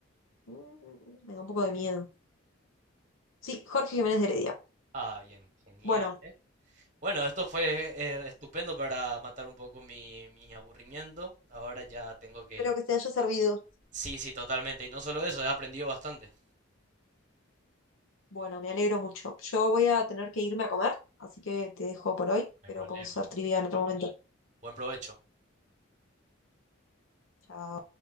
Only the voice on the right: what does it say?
Ah, bien, genial,
¿eh? Bueno, esto fue eh, estupendo para matar un poco mi, mi aburrimiento. Ahora ya tengo que...
Sí, sí, totalmente. Y no solo eso, he aprendido bastante. No
hay
problema.
Buen provecho.